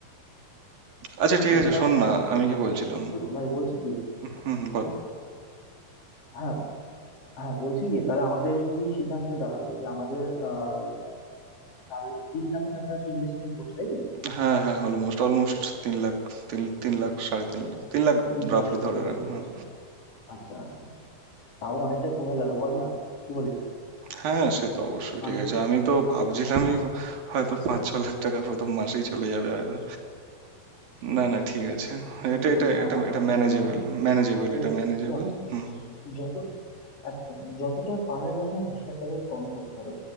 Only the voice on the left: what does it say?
উম,
তা
ভাই বলছি কি
হ্যাঁ হ্যাঁ বলছি কি তাহলে আমাদের কি সিদ্ধান্ত এসে দাঁড়ালো যে আমাদের আহ চার তিন লাখের কাছাকাছি ইনভেস্টমেন্ট করছে তাই তো
তিন
মাসের পাশাপাশি
করছে
আচ্ছা আচ্ছা তাও অনেকটাই কমে গেল বল না কি বলিস
আমি
তো
উম,
উম, না
না
অতটা
যাবে না
সে
দেখ
যত একদম যতটা পারা যায় না হিসাবটাকে কম করতে হবে